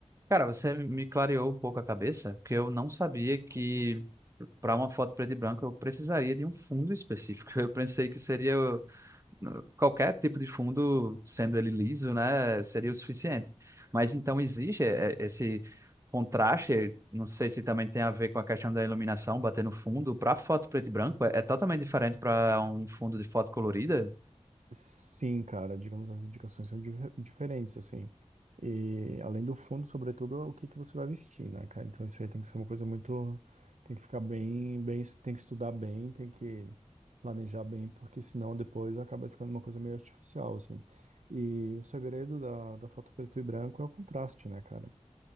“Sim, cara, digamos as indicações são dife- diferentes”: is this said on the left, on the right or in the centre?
Right